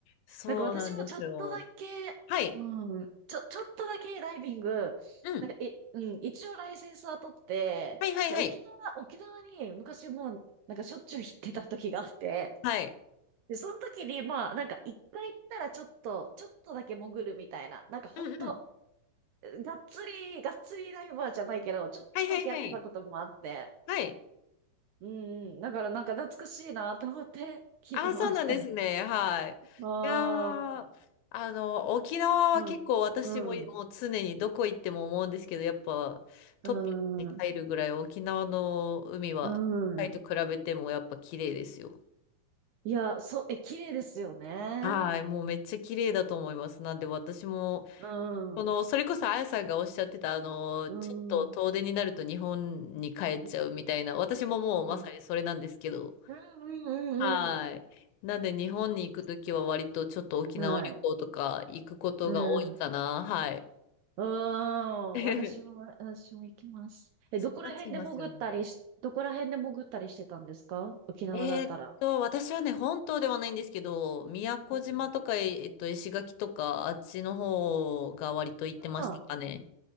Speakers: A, on the left; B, on the right.
A: そうなんですよ。
B: なんか私もちょっとだけ、
A: はい。
B: うん、ちょ、ちょっとだけダイビング、
A: うん。
B: なんか、え、うん、一応ライセンスは取って、
A: はいはいはい。
B: で、沖縄、沖縄に昔もう、なんかしょっちゅう行ってた時があって、
A: はい。
B: で、その時に、まあ、なんか一回行ったらちょっと、ちょっとだけ潜るみたいな、なんかほんと、
A: うんうん。
B: がっつり、がっつりダイバーじゃないけど、ちょっとだけやってたこともあって、
A: はいはいはい。はい。
B: うん、うん、だからなんか懐かしいなと思って聞いてました。
A: あ、そうなんですね。
B: <laughs>
A: はい。
B: ああ、
A: いやー、あの、沖縄は結構私も、
B: うん、うん。
A: もう常にどこ行っても思うんですけど、やっぱトップに入るぐらい沖縄の海は、
B: うーん。う
A: タイと比べてもやっぱ綺麗ですよ。
B: ん。いや、そう、え、綺麗ですよね。
A: はい。もうめっちゃ綺麗だと思います。なんで私も、
B: う
A: この、
B: ん。
A: それこそあやさんがおっしゃってた、あの、
B: うん。
A: ちょっと遠出になると日本に帰っちゃうみたいな、
B: うん。う
A: 私ももうまさにそれなんですけど、
B: ん。うんうん
A: はい。なんで日本に行くときは割とちょっと沖縄旅行とか行くことが多いかな。
B: うん。はい。うん。
A: はい。
B: うん。
A: <laughs>
B: 私も、私も行きます。え、
A: そうなっちゃいますよね。
B: どこら辺で潜ったりし、どこら辺で潜ったりしてたんですか沖縄だったら。
A: えーっと、私はね、本島ではないんですけど、宮古島とか、
B: うん
A: ええっと、石垣とか、あっちの方が割と行ってましたかね。
B: あ